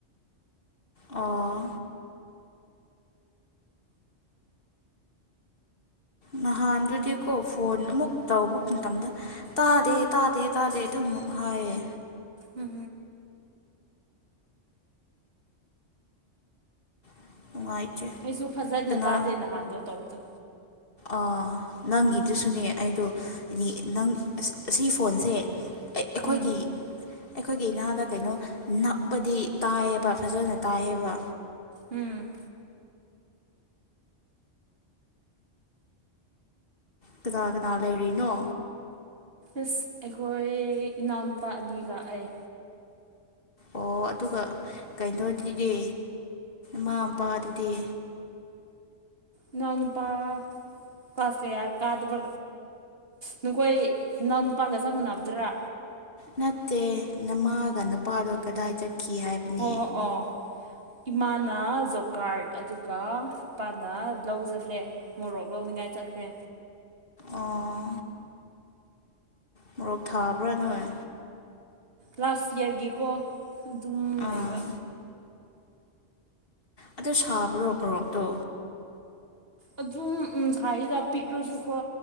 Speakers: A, on the left; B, on the right.
A: ꯑꯣ꯫ ꯅꯍꯥꯟꯗꯨꯗꯤꯀꯣ ꯐꯣꯟ ꯑꯃꯨꯛ ꯇꯧꯕ ꯃꯇꯝꯗ ꯇꯥꯗꯦ ꯇꯥꯗꯦ ꯇꯥꯗꯦ ꯑꯗꯨꯝ ꯍꯥꯏꯌꯦ꯫
B: ꯎꯝ꯫
A: <unintelligible>
B: ꯑꯩꯁꯨ ꯐꯖꯅ
A: ꯀꯅꯥ
B: ꯇꯥꯗꯦ ꯅꯍꯥꯟꯗꯣ꯫ ꯇꯧꯗꯦ꯫
A: ꯑ ꯅꯪꯒꯤꯗꯨꯁꯨꯅꯦ ꯑꯩꯗꯣ <unintelligible> ꯅꯪ ꯁꯤ ꯐꯣꯟꯁꯦ ꯑꯩꯈꯣꯏꯒꯤ
B: ꯎꯝ
A: ꯑꯩꯈꯣꯏꯒꯤ ꯏꯅꯥꯗ ꯀꯩꯅꯣ ꯅꯞꯄꯗꯤ ꯇꯥꯏꯌꯦꯕ ꯐꯖꯅ ꯇꯥꯏꯌꯦꯕ꯫
B: ꯎꯝ꯫
A: ꯀꯅꯥ ꯀꯅꯥ ꯂꯩꯔꯤꯅꯣ꯫
B: ꯑꯁ ꯑꯩꯈꯣꯏ ꯏꯅꯥꯎꯅꯨꯄꯥ ꯑꯅꯤꯒ ꯑꯩ꯫
A: ꯑꯣ ꯑꯗꯨꯒ ꯀꯩꯅꯣꯗꯨꯗꯤ ꯃꯥ ꯃꯄꯥꯗꯨꯗꯤ꯫
B: ꯏꯅꯥꯎꯅꯨꯄꯥ ꯀ꯭ꯂꯥꯁ ꯀꯌꯥ ꯀꯥꯗꯕ ꯅꯈꯣꯏ ꯏꯅꯥꯎꯅꯨꯄꯥꯒ ꯆꯞ ꯃꯥꯟꯅꯕꯗꯨꯔꯥ꯫
A: ꯅꯠꯇꯦ ꯅꯃꯥꯒ ꯅꯄꯥꯗꯣ ꯀꯗꯥꯏ ꯆꯠ ꯀꯤ ꯍꯥꯏꯕꯅꯦ꯫
B: ꯍꯣꯏ ꯍꯣꯏ ꯑꯣ ꯏꯃꯥꯅ ꯖꯣꯕ ꯀꯥꯔꯠ ꯑꯗꯨꯒ ꯏꯄꯥꯅ ꯂꯧꯖꯠꯂꯦ ꯃꯣꯔꯣꯛ ꯂꯧꯅꯤꯡꯉꯥꯏ ꯆꯠꯈ꯭ꯔꯦ꯫
A: ꯑꯣ ꯃꯣꯔꯣꯛ ꯊꯥꯕ꯭ꯔꯥ ꯅꯣꯏ
B: ꯂꯥꯁ ꯏꯌꯥꯔꯒꯤꯀꯣ ꯑꯗꯨꯝ
A: ꯑꯥ
B: ꯂꯩꯕ
A: ꯑꯗꯨ ꯁꯥꯕ꯭ꯔꯣ ꯃꯣꯔꯣꯛꯇꯣ
B: ꯑꯗꯨ ꯎꯝ ꯊꯥꯏꯗ ꯄꯤꯒ꯭ꯔꯨꯁꯨ ꯀꯣ